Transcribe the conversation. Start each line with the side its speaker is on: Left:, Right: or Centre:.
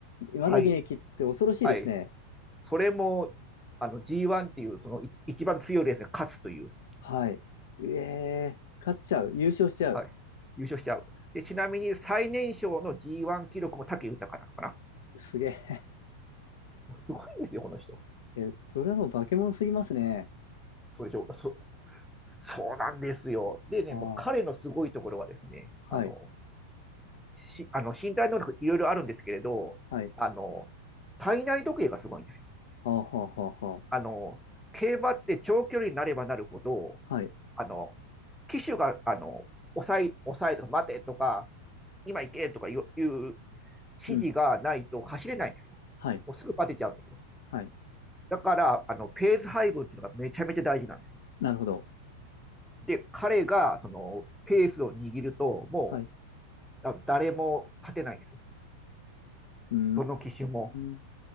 Left: まだ現役って恐ろしいですね。
Centre: はい。はい。それも、あの G1 っていうその一一番強いレースに勝つという、
Left: はい。ええ勝っちゃう。優勝しちゃう。
Centre: はい、優勝しちゃう。で、ちなみに最年少の G1 記録も武豊なのかな。
Left: すげえ。
Centre: もうすごいんですよ、この人。
Left: <laughs> え、それはもう化け物すぎますね。
Centre: そうでしょうそそうなんですよ。でね、
Left: ああ、
Centre: もう彼のすごいところはですね、
Left: は
Centre: あの、
Left: い、
Centre: しあの身体能力いろいろあるんですけれど、
Left: はい。
Centre: あの、体内時計がすごいんですよ。
Left: はあ、はあ、はあ、は
Centre: あの、競馬って長距離になればなるほど、
Left: あ。はい。
Centre: あの、機種が、あの、抑え、抑えとか、待てとか、今行けとかいういう指示がないと走れないんですよ。
Left: うん。はい、
Centre: もうすぐバテちゃうんですよ。
Left: はい。
Centre: だから、あの、ペース配分っていうのがめちゃめちゃ大事なんですよ。
Left: なるほど。
Centre: で、彼が、その、ペースを握ると、も
Left: はい。
Centre: う、あの誰も勝てないんですよ。
Left: うー
Centre: どの機種も。
Left: ん。